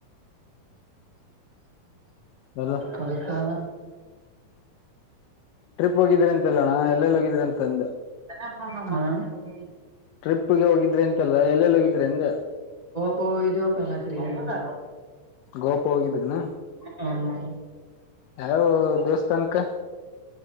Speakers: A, on the left; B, on the right.
A: ಎಲ್ಲ
B: ಅದಕ್ಕ ಹಾ
A: ಟ್ರಿಪ್ ಹೋಗಿದ್ರೆ ಅಂತೆಲ್ಲಣ್ಣ ಎಲ್ಲೆಲ್ಲಿ ಹೋಗಿದ್ರೆ ಅಂತ ಅಂದೆ
B: ಹ ಹ
A: ಟ್ರಿಪ್ಗೆ ಹೋಗಿದ್ರಿ ಅಂತಲ್ಲ ಎಲ್ಲೆಲ್ಲಿ ಹೋಗಿದ್ರಿ ಅಂದೆ
B: ಪ ಇದ ಪ ಎಲ್ಲ ತಿ <unintelligible>
A: ಗೋಪು ಹೋಗಿದ್ರನ
B: ಹ್ಮ್
A: ಯಾವ ದೇವಸ್ಥಾನಕ್ಕೆ